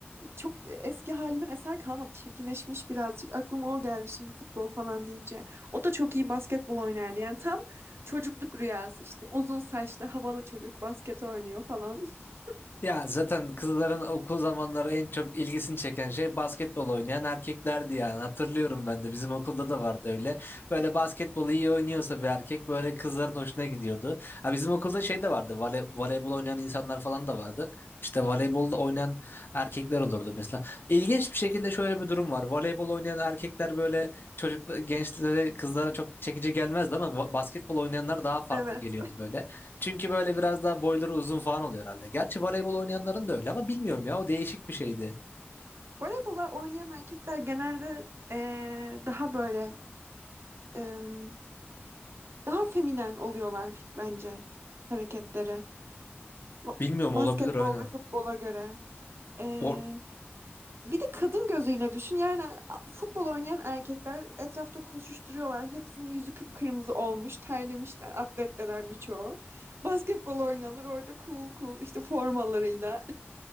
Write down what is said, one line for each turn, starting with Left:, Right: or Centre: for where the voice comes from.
Right: çok eski halinden eser kalmadı. Çirkinleşmiş birazcık. Aklıma o geldi şimdi futbol falan deyince. O da çok iyi basketbol oynardı. Yani tam çocukluk rüyası işte. Uzun saçlı havalı çocuk basket oynuyor falan. <laughs>
Left: Ya zaten kızların okul zamanları en çok ilgisini çeken şey basketbol oynayan erkeklerdi yani. Hatırlıyorum ben de bizim okulda da vardı öyle. Böyle basketbolu iyi oynuyorsa bir erkek böyle kızların hoşuna gidiyordu. Ha bizim okulda şey de vardı. Vole, voleybol oynayan insanlar falan da vardı. İşte voleybolda oynayan erkekler olurdu mesela. İlginç bir şekilde şöyle bir durum var. Voleybol oynayan erkekler böyle çocuk gençlere, kızlara çok çekici gelmezdi ama va- basketbol oynayanlar daha farklı
Right: Evet.
Left: geliyordu böyle. Çünkü böyle biraz daha boyları uzun falan oluyor herhalde. Gerçi voleybol oynayanların da öyle ama bilmiyorum ya o değişik bir şeydi.
Right: Voleybola oynayan erkekler genelde e, daha böyle e, daha feminen oluyorlar bence hareketleri. Ba-
Left: Bilmiyorum
Right: Basketbol
Left: olabilir aynen.
Right: ve futbola göre. E,
Left: O,
Right: Bir de kadın gözüyle düşün. Yani a- futbol oynayan erkekler etrafta koşuşturuyorlar. Hepsinin yüzü kıpkırmızı olmuş. Terlemişler. Atletteler birçoğu. Basketbol oynayanlar orada cool cool işte formalarıyla.